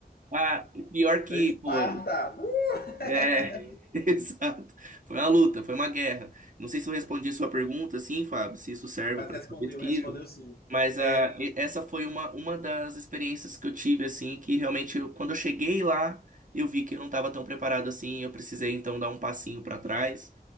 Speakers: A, on the right; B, on the left.
A: Ah, e pior que,
B: Esparta!
A: pô,
B: Uh!
A: é, <laughs> exato. Foi uma luta, foi uma guerra. Não sei se eu respondi a sua pergunta, sim, Fábio, se isso serve
B: Mas
A: para
B: respondeu,
A: sua pesquisa,
B: respondeu sim.
A: mas
B: É,
A: ah, e- essa foi uma, uma das experiências que eu tive, assim, que realmente, eu- quando eu cheguei lá, eu vi que eu não estava tão preparado assim, eu precisei, então, dar um passinho para trás